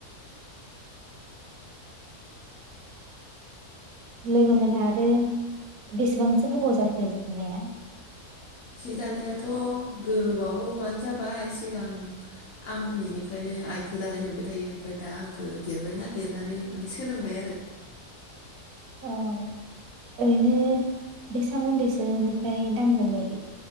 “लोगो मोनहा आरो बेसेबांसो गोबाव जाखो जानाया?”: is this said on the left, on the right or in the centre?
Right